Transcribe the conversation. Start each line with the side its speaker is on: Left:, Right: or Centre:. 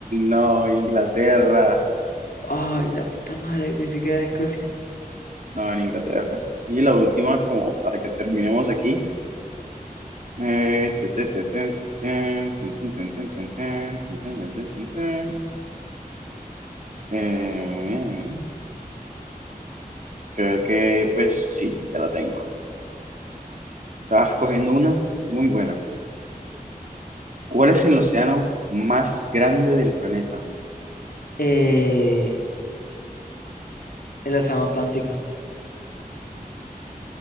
Right: No, Inglaterra.
Left: Ay, la puta madre, pensé que era en Escocia.
Right: No, en Inglaterra. Y la última, como para que terminemos aquí. Eh, te- te- te- ten- ten, ten, ten, ten, ten, ten, ten, ten, ten, ten, ten, ten, ten. Eh, creo que, pues sí, ya la tengo. Estabas cogiendo una muy buena. ¿Cuál es el océano más grande del planeta?
Left: Eh, el Océano Atlántico.